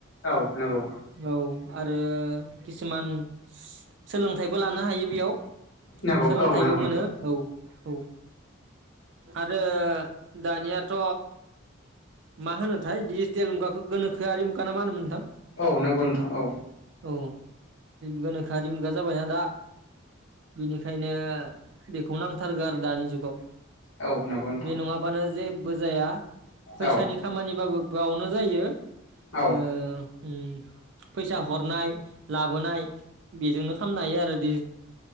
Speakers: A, on the left; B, on the right.
A: औ नांगौ
B: औ आरो किसुमान सोलोंथाइबो लानो हा गिबियाव
A: नंगौ
B: सोलोंथाइबो
A: औ नंगौ
B: मोनो
A: नोंथां
B: औ औ आरो दानियाथ' मा होनोथाय दिडिजिटेल मुगाखौ गोनोखोआरि मुग ना मा होनोमोन नोंथां
A: औ नोंगौ नोंथां औ
B: औ गोनोखोआरि मुगा जाबायना दा बेनिखायनो बेखौ नांथारगौ आरो दानि जुगाव
A: औ नंगौ नोंथां
B: बे नङाबानो जेबो जाया फैसानि
A: औ
B: खामानिबाबो गाव- नो जायो। ओ
A: औ
B: उम फैसा हरनाय लाबोनाय बेजोंनो खालामनो हायो आरो दि